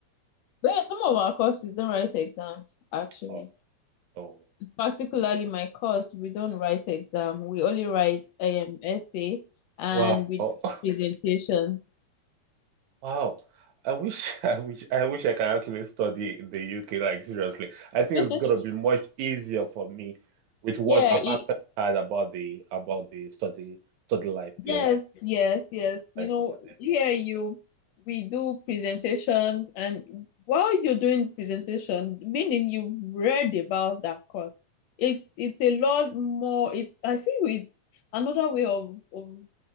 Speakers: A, on the left; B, on the right.
A: But yeah, some of our courses don't write exam, actually.
B: Oh, oh.
A: Particularly my course, we don't write exam. We only write um essay and
B: wow.
A: we
B: <laughs>
A: do presentations.
B: Wow. I wish <laughs> I wish I wish I can actually study in the UK, like seriously. I
A: <laughs>
B: think it's gonna be much easier for me with what
A: Yeah,
B: I've
A: it,
B: actually heard about the about the study study life,
A: Yes,
B: the education
A: yes, yes. You
B: life
A: know,
B: over there.
A: here you we do presentation and while you're doing presentation, meaning you've read about that course. It's it's a lot more it's I feel it's another way of, of